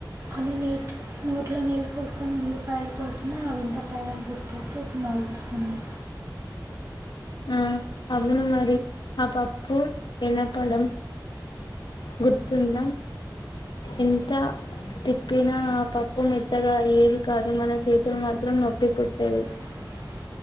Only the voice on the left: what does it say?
ఆ అవును మరి ఆ పప్పు వినపడం గుర్తుంద ఎంత తిప్పినా పప్పు మెత్తగా అయ్యేది కాదు మన చేతులు మాత్రం నొప్పి పుట్టేవి